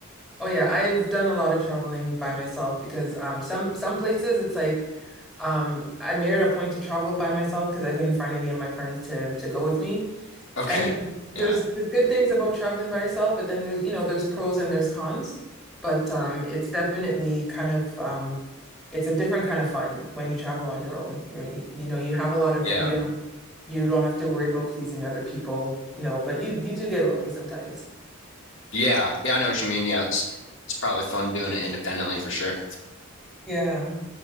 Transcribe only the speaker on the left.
Okay.
Yeah.
Yeah.
Yeah. Yeah, I know what you mean. Yeah, it's it's probably fun doing it independently for sure.